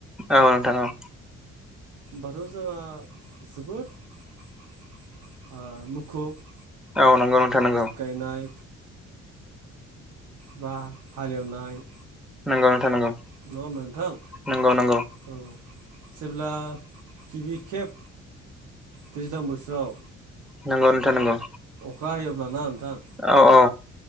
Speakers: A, in the centre; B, on the right.
A: औ नोंथां औ
B: दाथ' जोंहा जोबोद ओ मुखुब
A: औ नंगौ नोंथां नंगौ।
B: गायनाय बा हालेवनाय
A: नंगौ नोंथां नंगौ
B: नङा होमबा नोंथां
A: नंगौ नंगौ।
B: औ जेब्ला गिबि खेब दैज्लां बोथोराव
A: नंगौ नंगौ।
B: अखा हायोब्लाना नोंथां
A: औ औ।